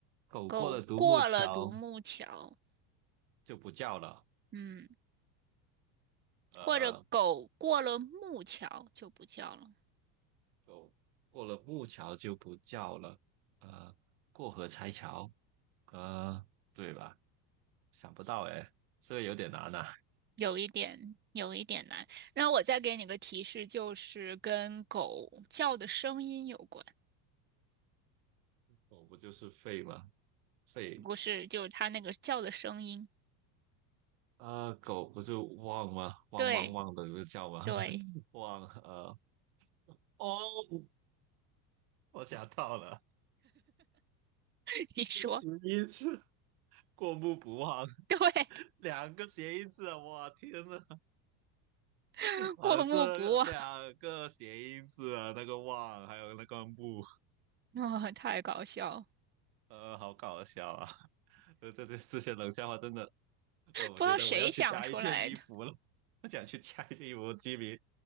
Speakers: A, on the right; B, on the right.
A: 狗过了独木桥
B: 狗过了独木桥，
A: 就不叫了，
B: 嗯，
A: 呃，
B: 或者狗过了木桥就不叫了，
A: 狗过了木桥就不叫了，呃，过河拆桥，呃，对吧？想不到哎，这个有点难呐、
B: 有一点，有一点难。那我再给你个提示，就是跟狗叫的声音有关，
A: 狗不就是吠吗？吠，
B: 不是，就是它那个叫的声音。
A: 啊，狗不就汪吗？汪汪汪的就叫吗？
B: 对，对，
A: <laughs> 汪，呃，哦，我想到了，
B: <laughs> 你说
A: <laughs> 只一次。过目不忘，
B: 对，
A: <laughs> 两个谐音字啊！哇，天呐，
B: <laughs>
A: 啊，
B: 过目不忘，
A: 这两个谐音字啊，那个忘还有那个目，
B: <laughs> 哦，太搞笑了，
A: 呃，好搞笑啊！<laughs> 呃，这这这些冷笑话真的，呃，我觉得我要去加一件衣服了，
B: 不知道谁想出来的。
A: 我想去加一件衣服，基米，